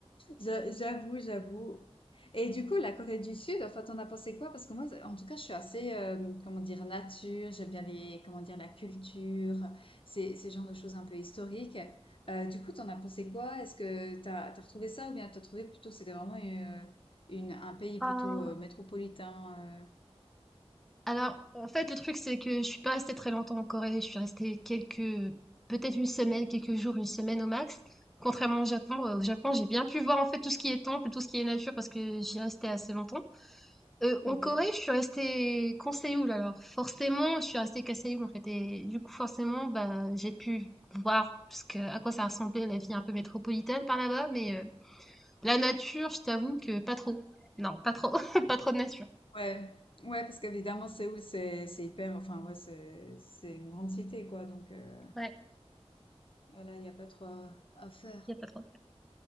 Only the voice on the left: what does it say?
je- j'avoue, j'avoue. Et du coup, la Corée du Sud, enfin, t'en as pensé quoi? Parce que moi, en tout cas, je suis assez, euh, comment dire, nature. J'aime bien les, comment dire, la culture, ces, ces genres de choses un peu historiques. Euh, du coup, t'en as pensé quoi? Est-ce que t'as, t'as retrouvé ça ou bien t'as trouvé plutôt que c'était vraiment une, une- un pays
plutôt euh, métropolitain?
euh, Ok.
Ouais, ouais, parce qu'évidemment, Séoul, c'est c'est hyper, enfin, ouais, c'est c'est une grande cité, quoi. Donc, euh,
voilà, il n'y a pas trop à, à faire.